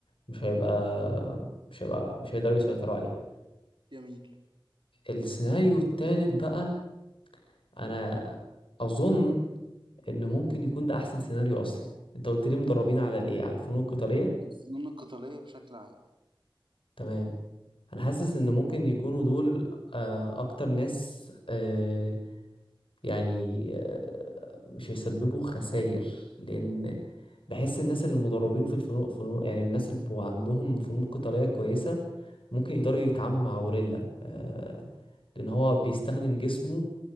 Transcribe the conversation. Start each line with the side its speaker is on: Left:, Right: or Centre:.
Left: مش هيبقى مش هيبقى مش هيقدروا يسيطروا عليها
Right: جميل
Left: السيناريو التالت بقى انا اظن ان ممكن يكون ده احسن سيناريو اصلا انت قلت لي مدربين على الايه على الفنون القتاليه
Right: الفنون القتالية بشكل عام
Left: تمام انا حاسس ان ممكن يكونوا دول آه، اكتر ناس آه، يعني آه، مش هيسببوا خسائر لان بحس الناس اللي مدربين في الفنون فنون يعني الناس اللي بيبقوا عندهم فنون قتاليه كويسه ممكن يقدروا يتعاملوا مع غوريلا آه، لان هو بيستخدم جسمه